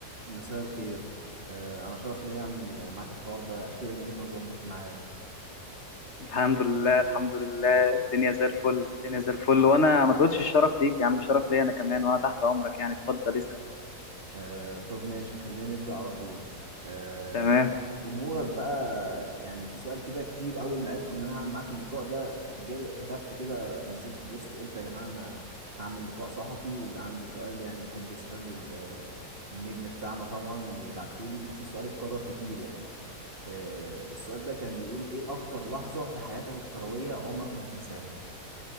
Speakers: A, on the right (about 35°); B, on the left (about 50°).
A: مساء الخير آه، أنا شرف ليا أعمل معاك الحوار ده أخيرا قدرنا نظبط الميعاد
B: الحمد لله الحمد لله الدنيا زي الفل الدنيا زي الفل وانا ما تقولش الشرف ليك يا عم الشرف ليا انا كمان وانا تحت امرك يعني اتفضل اسأل
A: آه، طب ماشي خلينا نبدأ على طول آه،
B: تمام
A: جم- جمهورك بقى يعني في سؤال كده كتير أول ما عرفوا إن أنا هعمل معاك اللقاء ده جالي كتبت كده نزلت بوست قلت يا جماعة أنا هعمل لقاء صحفي واللي عنده سؤال يعني يحب يسأله لل- للنجم بتاعنا طبعا يبعتهولي ففي سؤال اتكرر كتير يعني آه، السؤال ده كان بيقول إيه أكتر لحظة في حياتك الكروية عمرك ما هتنساها؟